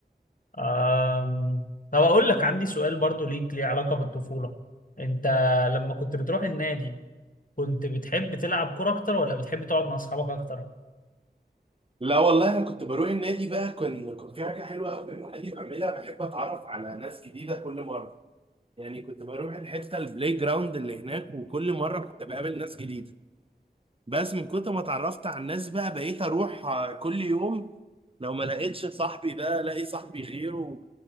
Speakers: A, on the left (about 50°); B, on the right (about 35°).
A: آم، طب اقول لك عندي سؤال برضو ليك ليه علاقة بالطفولة انت لما كنت بتروح النادي كنت بتحب تلعب كورة اكتر ولا بتحب تقعد مع اصحابك اكتر
B: لا والله انا كنت بروح النادي بقى كان كان في حاجه حلوه قوي النادي بعملها بحب اتعرف على ناس جديده كل مره يعني كنت بروح الحته البلاي جراوند اللي هناك وكل مره كنت بقابل ناس جديده بس من كتر ما اتعرفت على الناس بقى بقيت اروح آه، كل يوم لو ما لقيتش صاحبي ده الاقي صاحبي غيره